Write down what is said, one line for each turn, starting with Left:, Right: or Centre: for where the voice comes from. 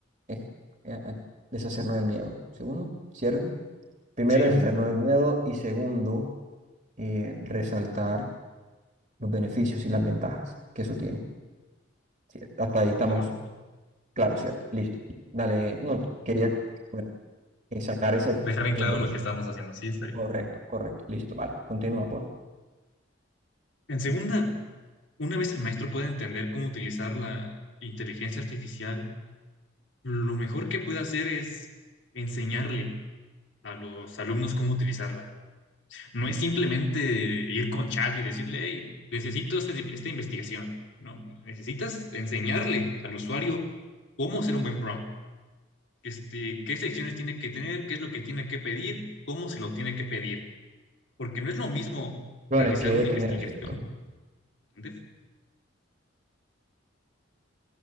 Right: es, eh, eh, deshacernos del miedo, segundo, ¿cierto? Primero,
Left: Sí,
Right: deshacernos del miedo y segundo, eh, resaltar los beneficios y las ventajas que eso tiene. Sí, hasta ahí estamos,
Left: pero
Right: claro, ¿cierto? Listo. Dale, no, quería bueno, eh, sacar esas-
Left: dejar
Right: esos
Left: en claro
Right: dos.
Left: lo que estamos haciendo. Sí, está bien.
Right: Correcto, correcto. Listo, vale. Continúa, por favor.
Left: En segunda, una vez el maestro pueda entender cómo utilizar la inteligencia artificial, lo mejor que puede hacer es enseñarle a los alumnos cómo utilizarla. No es simplemente ir con chat y decirle, hey, necesito este- esta investigación. No, necesitas enseñarle al usuario cómo hacer un buen prompt este, qué secciones tiene que tener, qué es lo que tiene que pedir, cómo se lo tiene que pedir. Porque no es lo mismo
Right: Bueno,
Left: realizar
Right: es que debe
Left: una
Right: tener,
Left: investigación.
Right: ¿cierto?
Left: ¿entiendes?